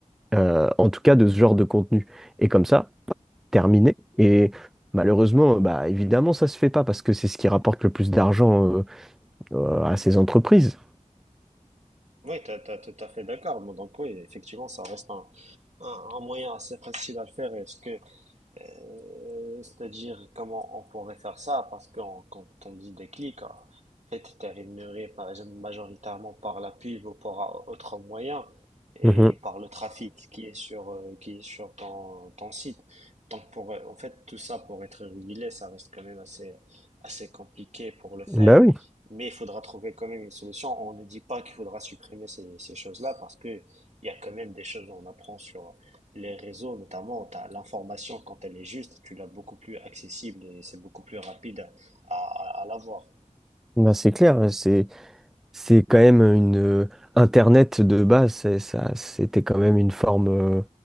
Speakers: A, in the centre; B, on the right.
A: euh, en tout cas de ce genre de contenu. Et comme ça, terminé. Et malheureusement, bah, évidemment, ça se fait pas parce que c'est ce qui rapporte le plus d'argent euh, euh, à ces entreprises.
B: Oui, t'as t'as tout à fait d'accord. Bon, Donc oui, effectivement, ça reste un, un, un moyen assez facile à le faire. Est-ce que euh, c'est-à-dire comment on pourrait faire ça, parce que on- quand on dit déclic, en fait, tu es rémunéré par exemple majoritairement par la pub ou par autre moyen et
A: Mhm.
B: par le trafic qui est sur, euh, qui est sur ton, ton site. Donc pour, euh, en fait, tout ça pour être régulé, ça reste quand même assez, assez compliqué pour le faire,
A: Bah oui,
B: et- mais il faudra trouver quand même une solution. On ne dit pas qu'il faudra supprimer ces, ces choses-là parce que il y a quand même des choses qu'on apprend sur, les réseaux notamment, t'as l'information quand elle est juste, tu l'as beaucoup plus accessible et c'est beaucoup plus rapide à, à, à l'avoir.
A: bah c'est clair, c'est c'est quand même une euh, Internet de base, c'est- ça c'était quand même une forme euh,